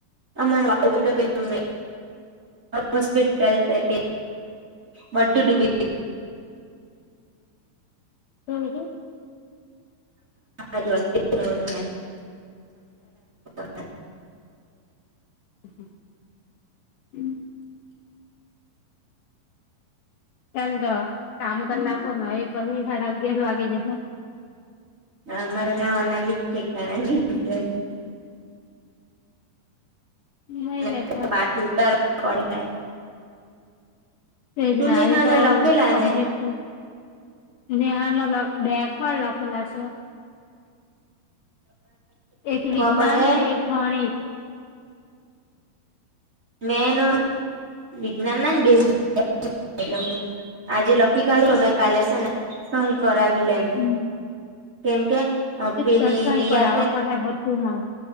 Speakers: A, on the right; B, on the left.
A: અમાર બાજુ પેલું હોસ્પિટલ છે. વડુ ડુંબ.
B: હમ, હ.
A: હડ પડા <unintelligible>
B: હ, હમ. તેમ તો કામ કલાકો મે આવી, પછી સાડા અગિયાર વાગે જવા.
A: હ મારા નાવા ન બી ક <unintelligible>
B: નહી
A: ટટ
B: લેતા
A: પડ <unintelligible>
B: શ જ
A: તું
B: નાે
A: નેહાના
B: તો
A: લખેલા
B: કપ્ટ
A: ને
B: <unintelligible> નેહા ને બેગણ લખેલા છે. એક વિજ્ઞાન
A: લખવા પડે
B: એક ગણિત.
A: મેનું વિજ્ઞાનની બે એ આજે લખી કાઢું મેમે કાલે છે ને, સહી કરાવી લેમ.
B: ગણિત
A: કેમકે. આ પેલી
B: તે સહી
A: રિયા
B: કરાવવા પડે બધુંમાં